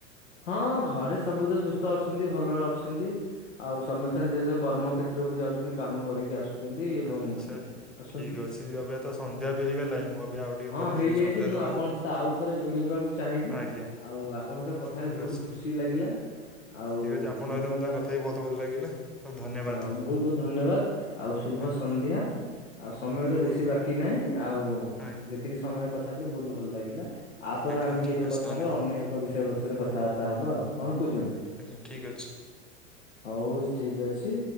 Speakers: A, on the left; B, in the centre.
A: ହଁ ଘରେ ସବୁ ତ ସୁସ୍ଥ ଅଛନ୍ତି ଭଲ ଅଛନ୍ତି ଆଉ ସମସ୍ତେ ନିଜ ନିଜ କର୍ମ କ୍ଷେତ୍ର ଚିତ୍ରକୁ ଯାଉଛନ୍ତି କାମ କରିକି ଆସୁଛନ୍ତି ଏବଂ
B: ଆଚ୍ଛା।
A: ଆସନ୍ତି
B: ଠିକ୍ ଅଛି ଏବେ ତ ସନ୍ଧ୍ୟା ବି ହେଇଗଲାଣି ମୁଁ ଏବେ ଆଉ ଟିକେ
A: ହଁ
B: ପରେ
A: ହେଇଯାଇଛି
B: ଯିବି ସନ୍ଧ୍ୟା
A: ମୁଁ
B: ଦେବାକୁ।
A: ଆପଣଙ୍କ ସହିତ ଆଉ ଥରେ ଯୋଡି ହେବି କୁ ଚାହିଁବି
B: ଆଜ୍ଞା
A: ଆଉ ଆପଣଙ୍କ ସହ କଥା
B: ଠିକ୍
A: ହେଇକି ବହୁତ
B: ଅଛି
A: ଖୁସି ଲାଗିଲା। ଆଉ
B: ଠିକ୍ ଅଛି ଆପଣଙ୍କ
A: ପୁନର୍ବାର
B: ସହିତ ମଧ୍ୟ କଥା ହେଇକି ବହୁତ ଭଲ ଲାଗିଲା ଆଉ ଧନ୍ୟବାଦ।
A: ଆଉ ବହୁତ ବହୁତ ଧନ୍ୟବାଦ ଆଉ ଶୁଭ
B: ଆଜ୍ଞା
A: ସନ୍ଧ୍ୟା। ଆଉ ସମୟ
B: ଶୁଭ
A: ତ ବେଶୀ ବାକି ନାହିଁ ଆଉ
B: ଆଜ୍ଞା
A: ଯେତିକି ସମୟ କଥା ହେଲେ ବହୁତ ଭଲ ଲାଗିଲା। ଆପରେ
B: ଆଜ୍ଞା
A: ଆମେ
B: ଠିକ୍
A: କେବେ
B: ଅଛି
A: କଥାରେ
B: ଧନ୍ୟବାଦ
A: ଅନ୍ୟ ଏକ ବିଷୟ ବସ୍ତୁରେ କଥାବାର୍ତ୍ତା ହବା ଆଉ। କଣ କହୁଛନ୍ତି?
B: ଆଜ୍ଞା ଠିକ୍ ଅଛି।
A: ହଉ ଠିକ୍ ଅଛି।